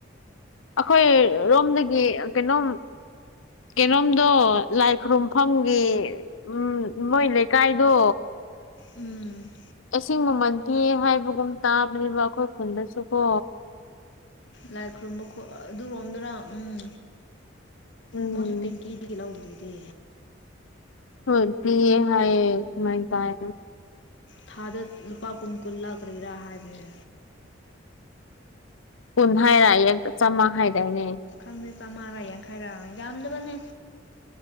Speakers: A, on the left (about 85°); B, on the left (about 65°).
A: ꯑꯩꯈꯣꯏ ꯔꯣꯝꯗꯒꯤ ꯀꯩꯅꯣꯝ꯫ ꯀꯩꯅꯣꯝꯗꯣ ꯂꯥꯏ ꯈꯨꯔꯨꯝꯐꯝꯒꯤ꯫ ꯎꯝ ꯃꯣꯏ ꯂꯩꯀꯥꯏꯗꯣ꯫
B: ꯎꯝ
A: ꯏꯁꯤꯡ ꯃꯃꯟꯒꯦ ꯍꯥꯏꯕꯒꯨꯝ ꯇꯥꯕꯅꯦꯕ ꯑꯩꯈꯣꯏ ꯈꯨꯟꯗꯁꯨ ꯀꯣ
B: ꯂꯥꯏ ꯈꯨꯔꯨꯝꯕ ꯑꯗꯨꯔꯣꯝꯗꯨꯅ ꯎꯝ
A: ꯎꯝ
B: ꯃꯣꯏꯁꯨ ꯇ‌ꯦꯡꯀꯤꯗꯒꯤ ꯂꯧꯕꯗꯨꯗꯤ
A: ꯍꯣꯏ ꯄ ꯑꯦ ꯍꯥꯏꯌꯦ ꯑꯗꯨꯃꯥꯏ ꯇꯥꯏ
B: ꯊꯥꯗ ꯂꯨꯄꯥ ꯀꯨꯟ ꯀꯨꯟ ꯂꯥ ꯀꯔꯤꯔꯥ ꯍꯥꯏꯕꯅꯦ
A: ꯀꯨꯟ ꯍꯥꯏꯔꯌꯦ ꯂꯨꯄ ꯆꯥꯝꯃ ꯍꯥꯏꯗꯥꯏꯅꯦ
B: ꯈꯪꯗꯦ ꯆꯥꯝꯃꯔꯥ ꯌꯥꯡꯈꯩꯔꯥ ꯌꯥꯝꯗꯕꯅꯦ